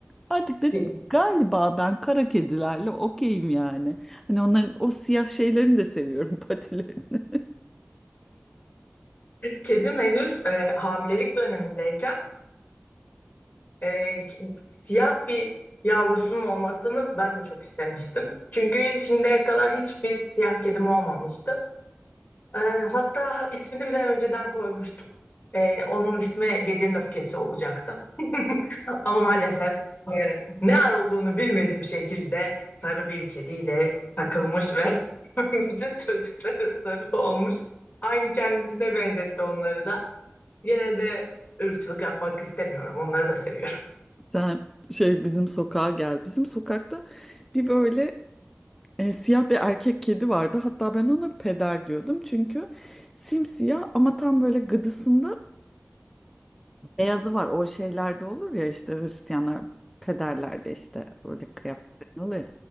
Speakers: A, in the centre; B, on the left.
A: Artık dedim
B: <laughs>
A: ki, galiba ben kara kedilerle okeyim yani. Hani onların o siyah şeylerini de seviyorum <laughs> patilerini.
B: Kedim henüz e, hamilelik dönemindeyken e, ki- siyah bir yavrusunun olmasını ben de çok istemiştim. Çünkü şimdiye kadar hiçbir siyah kedim olmamıştı. E, hatta ismini bile önceden koymuştum. E, onun ismi Gecenin Öfkesi olacaktı. <laughs> Ama maalesef e, ne ar olduğunu bilmediğim şekilde sarı bir kediyle takılmış ve <laughs> bütün çocukları sarı olmuş. Aynı kendisine benzetti onları da. Yine de ırkçılık yapmak istemiyorum. Onları da seviyorum.
A: Sen şey bizim sokağa gel. Bizim sokakta bir böyle E, siyah bir erkek kedi vardı. Hatta ben ona peder diyordum. Çünkü simsiyah ama tam böyle gıdısında beyazı var. O şeylerde olur ya işte Hristiyanlar pederlerde işte böyle kıyafetler oluyor. ya.